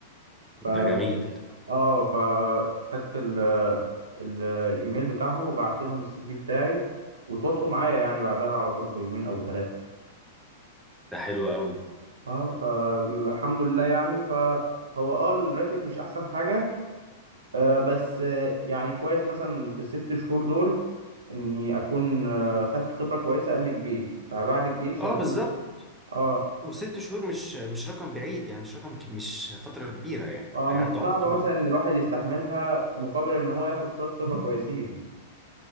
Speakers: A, on the right; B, in the centre.
A: ف
B: ده جميل
A: اه فخدت ال ال الايميل بتاعهم وبعت لهم السي في بتاعي وتواصلوا معايا يعني بعدها على طول بيومين او ثلاثه
B: ده حلو قوي
A: اه فالحمد لله يعني فهو اه الراتب مش احسن حاجه آه، بس آه، يعني كويس مثلا في الست شهور دول اني اكون آه، خدت خبره كويسه قبل الجيش فبعد الجيش
B: اه
A: هكون
B: بالظبط
A: اه
B: وست شهور مش مش رقم بعيد يعني مش رقم ك- مش فترة كبيرة يعني
A: اه
B: هيعدوا
A: مش
B: على
A: صعبه
B: طول
A: مثلا ان الواحد يستحملها مقابل ان هو ياخد شويه خبره <laughs> كويسين